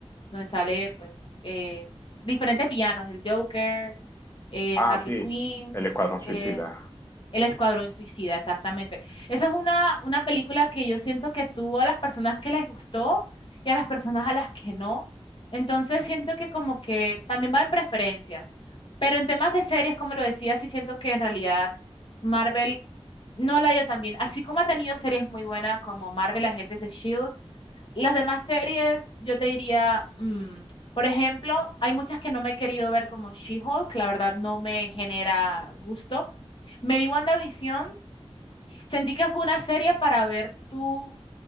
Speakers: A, on the left; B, on the left.
A: donde sale, pues, eh, diferentes villanos, el Joker, eh,
B: Ah,
A: Harley
B: sí,
A: Quinn,
B: El Escuadrón
A: eh,
B: Suicida.
A: el Escuadrón Suicida, exactamente. Esa es una, una película que yo siento que tuvo a las personas que les gustó y a las personas a las que no. Entonces siento que como que también va en preferencias. Pero en temas de series, como lo decía, sí siento que en realidad Marvel no la dio tan bien. Así como ha tenido series muy buenas como Marvel, Agentes de Shield, las demás series yo te diría, mm, por ejemplo, hay muchas que no me he querido ver como She-Hulk, la verdad no me genera gusto. Me vi WandaVision, sentí que fue una serie para ver tú